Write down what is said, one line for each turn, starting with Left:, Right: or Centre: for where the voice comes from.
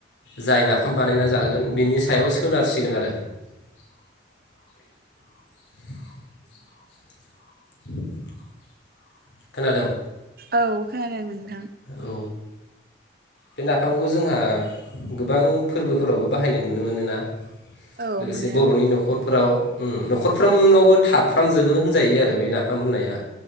Left: जाय नाफाम बानायना जागोन बिनि सायाव सोनारसिगोन आरो। <inaudible> <inaudible> खोनादों।
Right: औ। खोनादों नोंथां।
Left: औ बे नाफामखौ जोंहा गोबां फोरबोफोरावबो बाहायनाय नुनो मोनोना।
Right: औ
Left: लोगोसे
Right: मोनो
Left: बर'नि न'खर फोराव न'खरफ्रोमनावबो थाफ्रामजोबो होनजायो आरो बे नाफाम होननाया